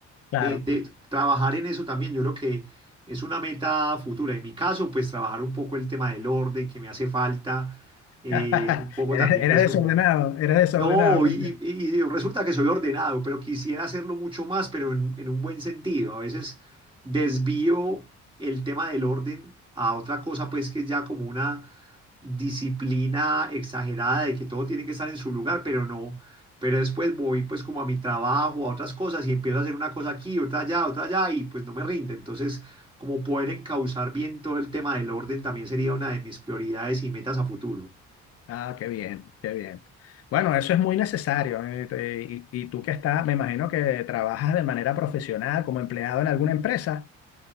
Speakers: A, on the left (about 55°); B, on the right (about 15°).
A: Claro.
B: Eh, de trabajar en eso también, yo creo que es una meta futura. En mi caso, pues trabajar un poco el tema del orden que me hace falta, eh,
A: <laughs>
B: un poco
A: Eres,
B: también
A: eres
B: pues como,
A: desordenado, eres desordenado,
B: no,
A: Santiago.
B: y, y- y resulta que soy ordenado, pero quisiera hacerlo mucho más, pero en, en un buen sentido. A veces desvío el tema del orden a otra cosa, pues que es ya como una disciplina exagerada de que todo tiene que estar en su lugar, pero no, pero después voy pues como a mi trabajo, a otras cosas y empiezo a hacer una cosa aquí, otra allá, otra allá y pues no me rinde. Entonces, como poder encauzar bien todo el tema del orden también sería una de mis prioridades y metas a futuro.
A: Ah, qué bien, qué bien. Bueno, eso es muy necesario. eh, te- Y, y tú que estás, me imagino que trabajas de manera profesional como empleado en alguna empresa.